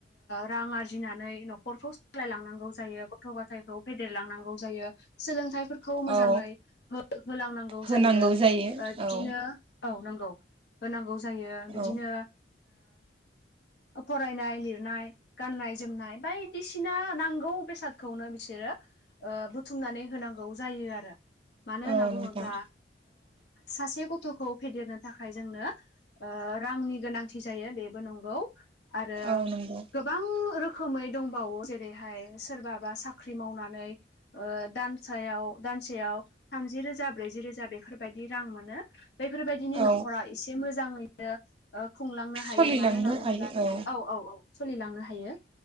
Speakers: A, on the left (about 65°); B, on the right (about 30°).
A: रां आरजिनानै न'खरखौ सालायलांनांगौ जायो गथ' गथायखौ फेदेरलांनांगौ जायो सोलोंथाइफोरखौ मोजाङै
B: औ
A: होलांनांगौ
B: होनांगौ
A: जायो बिदिनो
B: औ
A: औ नांगौ होनांगौ जायो बिदिनो
B: औ
A: फरायनाय लिरनाय गाननाय जोमनाय बायदिसिना नांगौ बेसादखौनो बिसोरो बुथुमनानै होनांगौ जायो आरो मानो
B: औ
A: होनना बुङोब्ला
B: नोंथां
A: सासे गथ'खौ फेदेरनो थाखाय जोंनो रांनि गोनांथि जायो बेबो नंगौ आरो
B: औ नंगौ
A: गोबां रोखोमै दंबावो जेरैहाय सोरबाबा साख्रि मावनानै दानसायाव दानसेयाव थामजि रोजा ब्रैजि रोजा बेफोरबायदि रां मोनो बेफोरबायदिनि
B: औ
A: न'खरा एसे मोजाङैनो खुंलांनो हायो
B: सोलिलांनो
A: मानो होनना बुङोब्ला
B: हायो औ
A: औ औ औ सोलिलांनो हायो